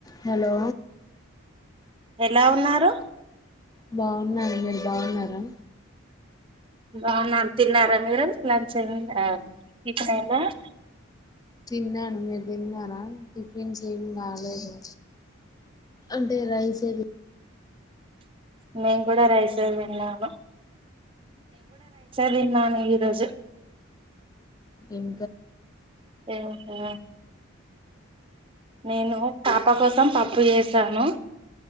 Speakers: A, on the left (about 15°); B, on the right (about 25°).
A: Hello
B: ఎలా ఉన్నారు
A: బాగున్నా బావున్నారా
B: బాగున్నాను తిన్నారా మీరు లంచం ఏంది ఆహ్
A: తిన్నాను మీరు తిన్నారా ఏం చేయన్నాళ్లయా అంటే రైసేది
B: మేను కూడా రైసే తిన్నాము విన్నాను ఈరోజు
A: ఇం
B: ఆహా నేను పాపా కోసం పప్పు చేసాను